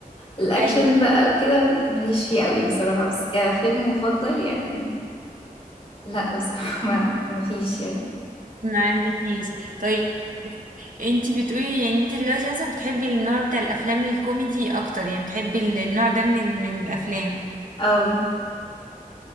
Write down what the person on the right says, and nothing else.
ايوه
ما عندكيش طيب انت بتقولي يعني انت دلوقتي مثلا بتحبي النوع بتاع الافلام الكوميدي اكتر يعني بتحبي ال- النوع ده من ال- من الافلام